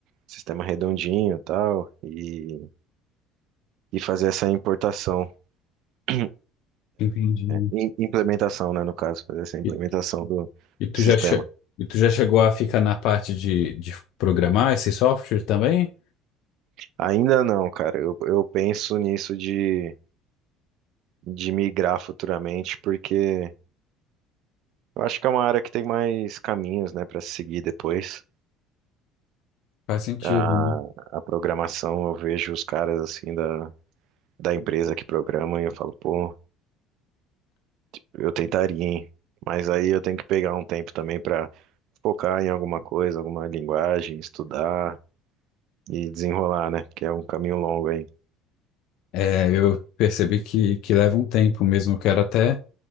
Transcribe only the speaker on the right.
sistema redondinho e tal, e, e fazer essa importação, <clears throat>
im- implementação, né? No caso, fazer essa implementação
do
sistema.
Ainda não, cara. Eu, eu penso nisso de, de migrar futuramente, porque eu acho que é uma área que tem mais caminhos, né? Para seguir depois.
A,
a programação, eu vejo os caras assim da, da empresa que programam e eu falo, pô. Eu tentaria, hein? Mas aí eu tenho que pegar um tempo também pra focar em alguma coisa, alguma linguagem, estudar e desenrolar, né? Porque é um caminho longo aí.